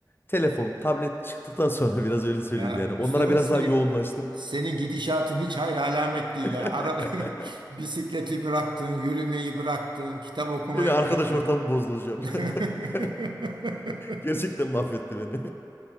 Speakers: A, on the left; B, on the right.
A: telefon, tablet çıktıktan sonra <laughs> biraz öyle söyleyeyim
B: Ya
A: yani.
B: Mustafa
A: Onlara biraz
B: senin
A: daha yoğunlaştım.
B: senin gidişatın hiç hayır alamet değil
A: <laughs>
B: ha. Ara, <laughs> bisikleti bıraktın, yürümeyi bıraktın, kitap okumayı
A: Beni arkadaş
B: bıraktın.
A: ortamı bozdu hocam.
B: <laughs>
A: <laughs> Gerçekten mahvetti beni.